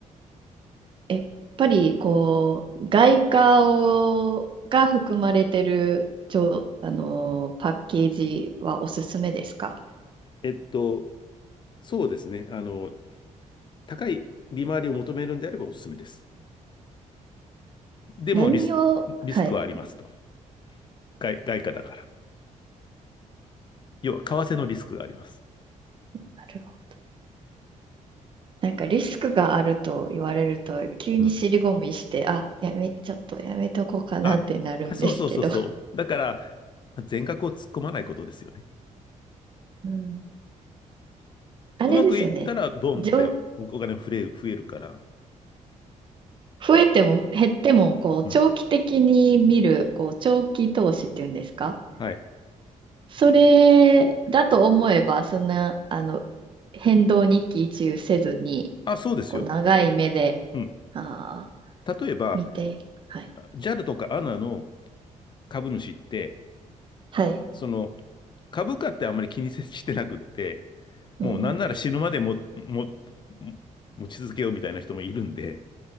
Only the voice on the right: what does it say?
え、やっぱりこう、外貨をが含まれてる、ちょ、あのー、パッケージはおすすめですか
何を、はい。
なるほどなんかリスクがあると言われると、急に尻込みして、
あ、やめ、ちょっとやめとこうかなってなるんですけど。
<laughs> うんあれですよね。
上、
増えても減っても、こう、
長期的に見る、こう、長期投資っていうんですか
それだと思えば、そんな、あの、変動に一喜一憂せずに、
こう、長い目で、
ああ、
見て、はい。
はい。
うん。